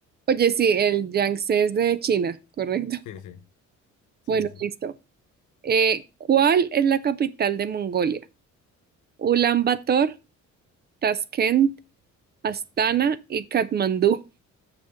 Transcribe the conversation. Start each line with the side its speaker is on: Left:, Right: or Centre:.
Right: Oye, sí, el Yangtze es de China, correcto. <laughs>
Left: Sí, sí, sí,
Right: Bueno,
Left: sí.
Right: listo. Eh, ¿cuál es la capital de Mongolia? Ulan Bator, Tashkent, Astana y Katmandú.